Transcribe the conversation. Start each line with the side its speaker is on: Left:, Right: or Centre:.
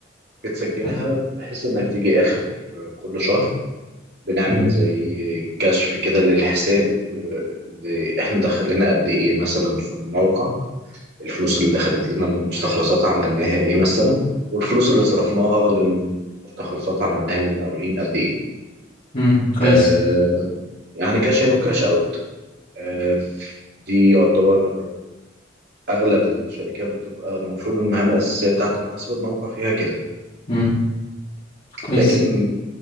Right: بتسجلها
Left: حلو
Right: بحيث إنك تيجي آخر كل شهر بنعمل
Left: امم
Right: زي كشف كده للحساب آه، اللي إحنا دخلنا قد إيه مثلا في الموقع الفلوس اللي دخلت لنا من مستخلصات عملناها ايه مثلا والفلوس اللي صرفناها لمستخلصات عملناها لمقاولين قد ايه
Left: امم كويس
Right: آه يعني كاش ان وكاش اوت آه دي يعتبر آه اغلب الشركات بتبقى المفروض المهام الاساسيه بتاعت محاسبه الموقع فيها كده
Left: امم كويس
Right: لكن